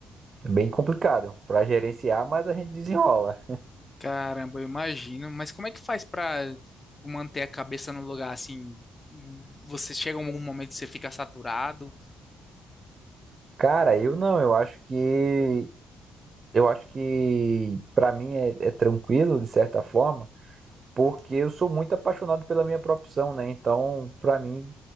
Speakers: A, on the right (about 40°); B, on the left (about 20°).
A: é bem complicado pra gerenciar, mas a gente desenrola.
B: Caramba, eu imagino. Mas como é que faz pra tipo, manter a cabeça no lugar assim? Você chega a algum momento que você fica saturado?
A: Cara, eu não, eu acho que eu acho que pra mim é, é tranquilo de certa forma, porque eu sou muito apaixonado pela minha profissão, né? Então, pra mim,